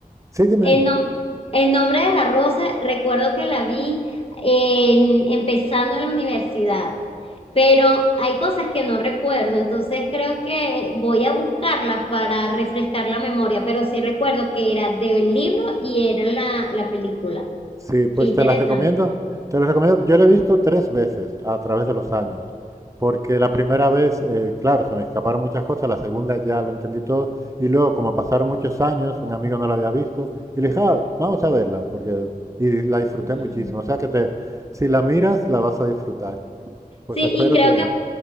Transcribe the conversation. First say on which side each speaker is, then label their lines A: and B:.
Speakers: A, on the right; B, on the left.
A: Sí, dime,
B: en,
A: dime.
B: nom- en nombre de la rosa, recuerdo que la vi en- empezando en la universidad, pero hay cosas que no recuerdo, entonces creo que voy a buscarla para refrescar la memoria, pero sí recuerdo que era del libro y era la, la película.
A: Sí, pues
B: Qué interesante.
A: te las recomiendo. Te las recomiendo. Yo la he visto tres veces a través de los años, porque la primera vez, eh, claro, se me escaparon muchas cosas, la segunda ya lo entendí todo, y luego, como pasaron muchos años, un amigo no la había visto, y le dije, "Ah, vamos a verla, porque y la disfruté
B: <laughs>
A: muchísimo. O sea que te, si la miras, la vas a disfrutar. Pues
B: Sí,
A: espero
B: y creo
A: que,
B: que,